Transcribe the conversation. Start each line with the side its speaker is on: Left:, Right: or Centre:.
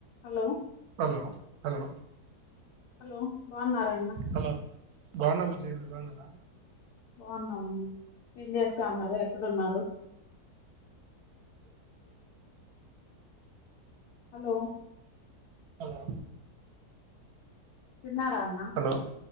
Left: Hello
Right: hello hello
Left: hello బన్నరన్న
Right: hello బాగున్నా బుజ్జి మీరు బాగున్నారా
Left: బాగున్నామన్న ఏం చేస్తా ఉన్నారు ఎక్కడున్నారు
Right: అ
Left: హలో
Right: హలో
Left: తిన్నారా అన్నా
Right: హలో